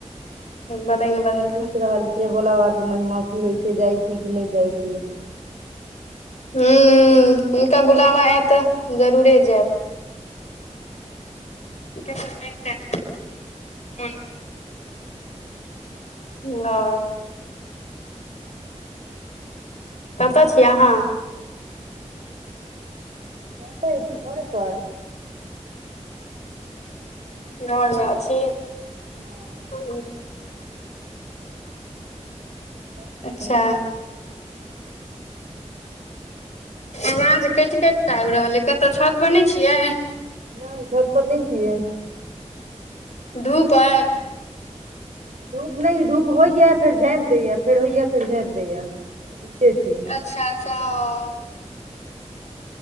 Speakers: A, on the right; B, on the left.
A: आब
B: बदलि
A: देख बेर
B: बदलि
A: सोचि
B: कऽ
A: रहल। से भोला बाबाके महिमा की होइत छै, जाइत छी कि नहि जाइत छी।
B: हूँ हँ, हुनका बुलावा आयत तऽ जरूर जायब।
A: हँ
B: सम छै, हुन न <unintelligible> कतऽ छी अहाँ?
A: एते छी, घरे पर।
B: घरमे छी
A: हँ
B: ह
A: बन चलल
B: अच्छा
A: <unintelligible>
B: आवाज कटि कटि कऽ आबि रहलै, कतऽ? छत पर नहि छी अहाँ?
A: नहि, ई छत पर नहि छी।
B: धूप आइ।
A: धूप नहि, धूप होइ छै, फेर झाँपि दै छै, फेर होइ छै, फेर झाँपि दै छै। नचे छी
B: अच्छा अच्छा